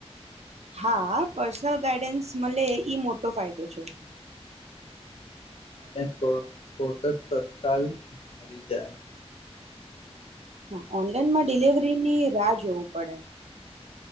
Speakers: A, on the right; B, on the left.
A: હા પર્સનલ ગાઈડન્સ મલે ઈ મોટો ફાયદો છે.
B: અને પ્રોડક્ટ તત્કાલ મળી જાય.
A: હા ઓનલાઈનમાં ડિલવરી ની રાહ જોવું પડે.